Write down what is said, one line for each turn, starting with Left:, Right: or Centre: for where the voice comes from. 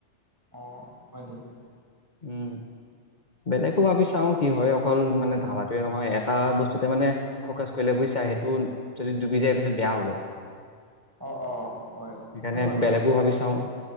Right: অ হয় নেকি।
Left: উম বেলেগো ভাবি চাও কি হয় অকল মানে ধাবাটোৱে নহয় এটা বস্তুতে মানে ফকাচ কৰিলে বুইছ ৰন সেইটো যদি ডুবি যায় পিছত বেয়া হ'ব।
Right: অ অ হয়
Left: সেইকাৰণে
Right: সেইটো হয়
Left: বেলেগো
Right: বাৰু দেই
Left: ভাবি চাওঁ